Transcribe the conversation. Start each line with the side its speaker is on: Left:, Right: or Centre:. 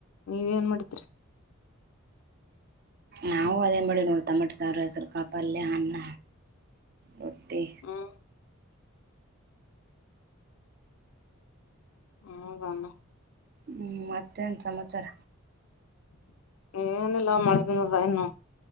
Left: ನೀವ ಏನ್ ಮಾಡಿದ್ರಿ
Right: ನಾವು ಅದೇ ಮಾಡೇ ನೋಡ ತಮಾಟಿ ಸಾರ್ ಹೆಸರು ಕಾಳ್ ಪಲ್ಯ ಅನ್ನ ಹೊಟ್ಟಿ
Left: ಹ್ಮ್ ಹೌದ ನ್
Right: ಹ್ಮ್ ಮತ್ತೆನ್ ಸಮಾಚಾರ
Left: ಏನಿಲ್ಲ ಮಳೆ ಬಂದದ ಇನ್ನು